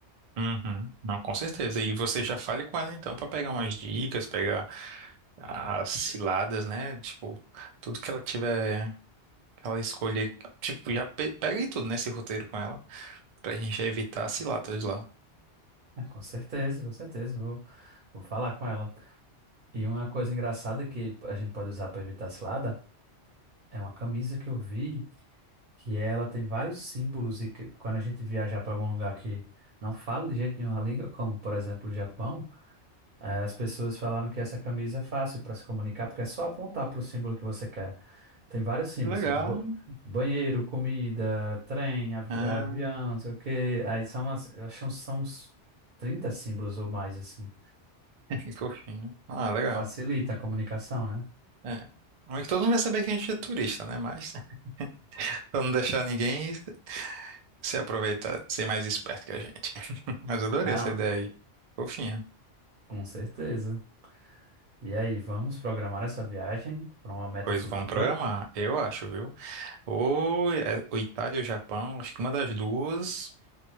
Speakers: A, on the right; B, on the right.
A: Uhum. Não, com certeza. E você já fale com ela então para pegar umas dicas, pegar as ciladas, né? Tipo, tudo que ela tiver, que ela escolher, tipo, já pe pega aí tudo nesse roteiro com ela, pra gente evitar as ciladas lá.
B: É, com certeza, com certeza, vou, vou falar com ela. E uma coisa engraçada que a gente pode usar para evitar cilada É uma camisa que eu vi que ela tem vários símbolos e que quando a gente viajar para algum lugar que não fala de jeito nenhum a <laughs> língua, como por exemplo o Japão, eh, as pessoas falaram que essa camisa é fácil para se comunicar porque é só apontar para o símbolo que você quer. Tem vários símbolos,
A: Legal.
B: tipo de ba- banheiro, comida, trem, avi-
A: Ah,
B: eh, avião, não sei o quê. Aí são, as- eu acho que são uns 30 símbolos ou mais, assim.
A: <laughs> que fofinho. Ah, legal.
B: Facilita a comunicação, né?
A: É. Mas que todo mundo vai saber que a gente é turista, né? Mas <laughs> pra não deixar ninguém se aproveitar, ser mais esperto que a gente. <laughs> Mas eu adorei
B: Ah,
A: essa ideia aí. Fofinha.
B: com certeza. E aí, vamos programar essa viagem para uma meta
A: Pois
B: futura?
A: vamos programar, eu acho, viu? Ou é, ou Itália ou Japão, acho que uma das duas.